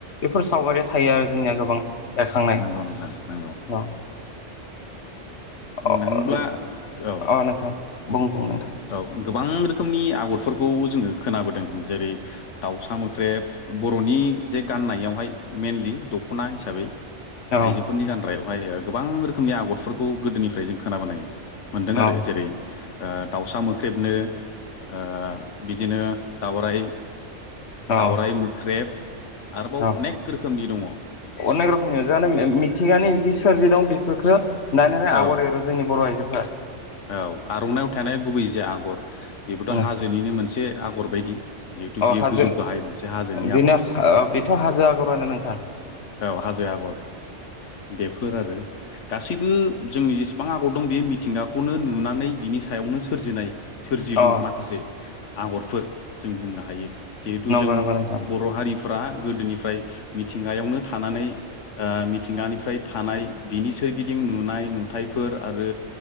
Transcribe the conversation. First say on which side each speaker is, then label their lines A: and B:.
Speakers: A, on the left; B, on the left.
A: बेफोर सावगारिया थायो आरो जोंनिया गोबां एरखांनाय
B: नंगौ नोंथां नंगौ
A: न'
B: बुंनो
A: अ
B: थाङोब्ला औ
A: नोंथां बुं बुं नोंथां
B: औ गोबां रोखोम रोखोमनि आगरफोरखौ जोङो खोनाबोदों जेरै दाउसा मोख्रेब बर'नि जे गा गाननायावहाय मेनलि दख'ना हिसाबै
A: औ
B: आइजोफोरनि गानग्रायावहाय गोबां रोखोमनि आगरफोरखौ गोदोनिफ्राय जों खोनाबोनाय मोनदों
A: औ
B: आरो जेरै ओ दाउसा मोख्रेबनो ओ बिदिनो दावराय
A: औ
B: दावराय मोख्रेब । आरोबाव
A: औ
B: अनेक रोखोमनि दं ।
A: अनेक रोखोमनि जे मिथिंगानि जि सोरजि दं बेफोरखौ दानि आगर
B: औ
A: एरो जोंनि बर' आइजोफोरा
B: औ आर'नाइाव थानाय गुबै जे आगर बेबोथ'
A: अ
B: हाजोनिनो मोनसे आगर बायदि जिहेतु बियो
A: हाजो
B: गोजौ गाहाय मोनसे हाजोनि
A: बेनो
B: आगर
A: बेथ' हाजो आगरानो नोंथां
B: । औ हाजो आगर बेफोर आरो दा गासैबो जोंनि जेसेबां आगर दं बे मिथिंगाखौनो नुनानै बिनि सायावनो सोरजिनाय । सोरजिलु
A: अ
B: माखासे आगरफोर जों बुंनो हायो । जिहेथु
A: नंगौ
B: जों
A: नंगौ नोंथां
B: बर' हारिफ्रा गोदोनिफ्राय मिथिंगायावनो थानानै ओ मिथिंगानिफ्राय थानाय बिनि सोरगिदिं नुनाय नुथाइफोर आरो